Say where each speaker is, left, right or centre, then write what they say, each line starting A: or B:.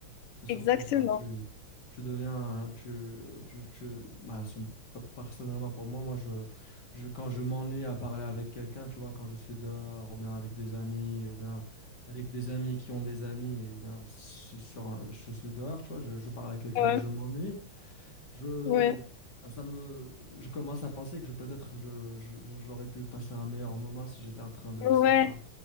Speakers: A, on the left; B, on the left.
A: C'est surtout
B: exactement.
A: ça. Tu, tu deviens, tu, tu, tu- bah, c'est- personnellement, pour moi, moi, je, je, quand je m'ennuie à parler avec quelqu'un, tu vois, quand je suis dehors, ou bien avec des amis, ou bien avec des amis qui ont des amis, ou bien si- sur, un- je suis dehors, tu vois, je, je parle à quelqu'un
B: Ouais,
A: et que je m'ennuie, je,
B: ouais,
A: bah, ça me, je commence à penser que je, peut-être, je, je- j'aurais pu passer un meilleur moment si j'étais en train de,
B: ouais,
A: je sais pas